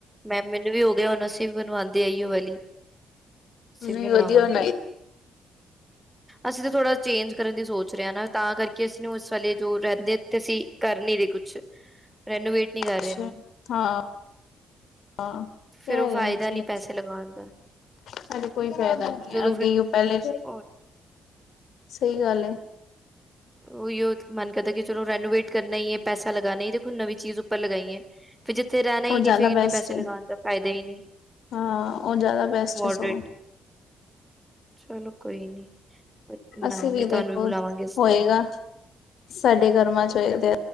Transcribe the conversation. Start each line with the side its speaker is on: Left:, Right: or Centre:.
Centre: ਮੈਂ ਮੈਨੂੰ ਵੀ ਹੋ ਗਿਆ ਹੁਣ ਅਸੀਂ ਵੀ ਮਨੂੰਵਾਉਂਦੇ ਏਹਿਔ ਵਾਲੀ। ਅਸੀਂ
Left: ਨਈ
Centre: ਵੀ ਬਣਵਾਵਾਂਗੇ
Left: ਵਦਿਆ ।
Centre: ਅਸੀਂ ਤਾਂ ਥੋੜਾ ਚੇਂਜ ਕਰਨ ਦੀ ਸੋਚ ਰਹੇਾਂ ਨਾ ਤਾਂ ਕਰਕੇ ਅਸੀਂ ਨੂੰ ਇਸ ਵੇਲੇ ਜੋ ਰਹਿੰਦੇਥ ਅਸੀਂ ਕਰ। ਮੇਰੇ ਕੁਛ। ਰੈਨੂੰ ਵੇਟ ਨੀ ਕਰ ਰਹੇ
Left: ਅੱਛਾ
Centre: ਏਹਨੂੰ।
Left: ਹਾਂ ਹਾਂ ਕੇਹ
Centre: ਫੇਰ ਉਹ
Left: ਰਹੇ
Centre: ਫਾਇਦਾ
Left: ਨੇ।
Centre: ਨੀ ਪੈਸੇ ਲਗਾਉਣ ਦਾ
Left: ਚੱਲ ਕੋਈ ਫਾਇਦਾ ਨੀ
Centre: ਜਦੋਂ
Left: ਅੱਗੇ
Centre: ਫਿਰ
Left: ਉਹ ਪਹਿਲੇ।
Centre: ਉਹ
Left: ਸਹੀ ਗੱਲ ਏ।
Centre: ਉਹੀਓ ਮਨ ਕਰਦਾ ਕਿ ਚਲੋ ਰੈਨੋਵੇਟ ਕਰਨਾ ਹੀ ਹੈ ਪੈਸਾ ਲਗਾਉਣਾ ਹੀ ਦੇਖੋ ਨਵੀਂ ਚੀਜ਼ ਉੱਪਰ ਲਗਾਈ ਹੈ। ਫਿਰ ਜਿੱਥੇ ਰਹਿਣਾ ਹੀ
Left: ਉਹ
Centre: ਨਹੀਂ
Left: ਜ਼ਿਆਦਾ
Centre: ਫਿਰ ਇੰਨੇ
Left: ਬੈਸਟ
Centre: ਪੈਸੇ
Left: ਹੈ
Centre: ਲਗਾਉਣ ਦਾ ਫਾਇਦਾ ਹੀ ਨਹੀਂ।
Left: ਹਾਂ ਉਹ ਜ਼ਿਆਦਾ ਬੈਸਟ
Centre: ਤੇ ਮੋਡਰੇਟ
Left: ਹੈ ਸਗੋਂ।
Centre: ਚਲੋ ਕੋਈ ਨੀ। ਬ- ਬਣਾਵਾਂਗੇ
Left: ਅਸੀਂ ਵੀ
Centre: ਤੁਹਾਨੂੰ
Left: ਦੇਖੋ
Centre: ਬੁਲਾਵਾਂਗੇ ਅਸੀਂ।
Left: ਹੋਏਗਾ ਸਾਡੇ ਕਰਮਾਂ ਚ ਹੋਏ।